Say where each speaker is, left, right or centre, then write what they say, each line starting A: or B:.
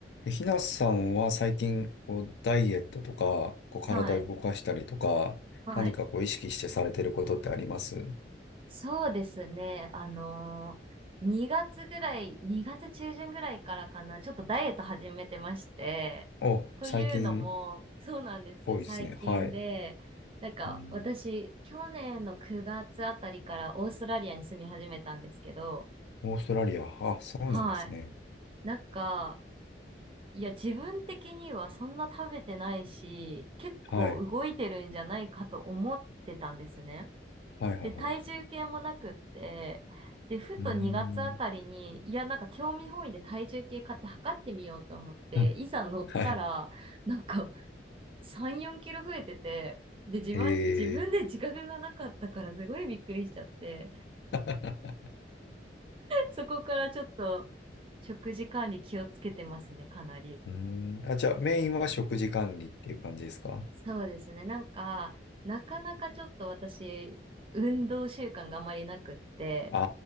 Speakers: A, on the left (about 75°); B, on the right (about 30°).
A: えひなさんは最近、こう、ダイエットとか、こう、体を動かしたりとか、
B: はい、はい。
A: 何かこう、意識してされてることってあります
B: そうですね。あのー、2月ぐらい、2月中旬ぐらいからかな、ちょっとダイエット始めてまして、
A: お、
B: というのも、
A: 最近
B: そうなんですよ、
A: 多いですね。
B: 最近で、
A: はい。
B: なんか私、
A: うん。
B: 去年の9月あたりからオーストラリアに住み始めたんですけど、
A: オーストラリア。あ、そうなんですね。
B: はい。なんか、いや、自分的にはそんな食べてないし、結構動いてるんじゃないかと思ってたんですね。
A: はい。はいはいはい。
B: で、体重計もなくって、で、ふと2月あたりに、
A: うーん。
B: いや、なんか興味本位で体重計買って測ってみようと思って、
A: うん
B: いざ乗ったら、
A: はい。
B: なんか3、4キロ増えてて、で、自分、
A: へえ。
B: 自分で自覚がなかったからすごいびっくりしちゃって、
A: <laughs>
B: そこからちょっと食事管理気をつけてますね、かなり。
A: うーん。あ、じゃあ、メインは食事管理っていう感じですか
B: そうですね。なんか、なかなかちょっと私、運動習慣があまりなくって、
A: あ